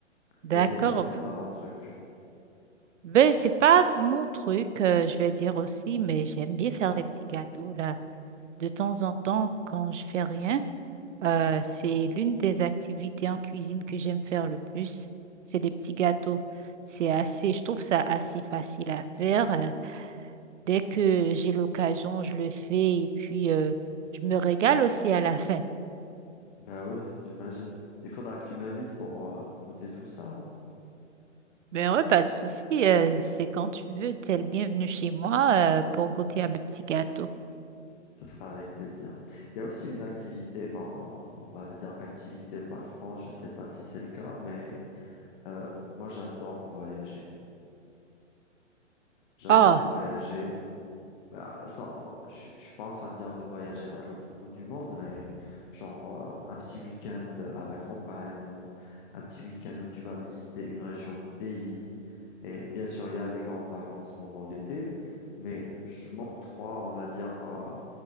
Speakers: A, on the right (about 70°); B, on the left (about 40°).
A: d'accord.
B: les desserts, c'est pas mon truc.
A: Ben, c'est pas mon truc, euh, je vais dire aussi, mais j'aime bien faire les petits gâteaux, là. De temps en temps, quand je fais rien, euh, c'est l'une des activités en cuisine que j'aime faire le plus. C'est les petits gâteaux. C'est assez, je trouve ça assez facile à faire. euh, dès que j'ai l'occasion, je le fais et puis euh, je me régale aussi à la fin.
B: Bah oui, j'imagine. Il faudra que tu m'invites pour euh, goûter tout ça. hein.
A: ben ouais, pas de souci. euh, c'est quand tu veux, t'es le bienvenu chez moi euh, pour goûter à mes petits gâteaux.
B: Ça sera avec plaisir. Il y a aussi une activité, bon, on va dire activité passe-temps, je sais pas si c'est le cas, mais euh, moi j'adore voyager. J'adore
A: Ah,
B: voyager Bah, sans, je, je suis pas en train de dire de voyager à l'autre bout du monde, mais genre euh, un petit week-end à la campagne, euh, un petit week-end où tu vas visiter une région du pays. Et bien sûr, il y a les grandes vacances pendant l'été, mais je m'octroie, on va dire, euh,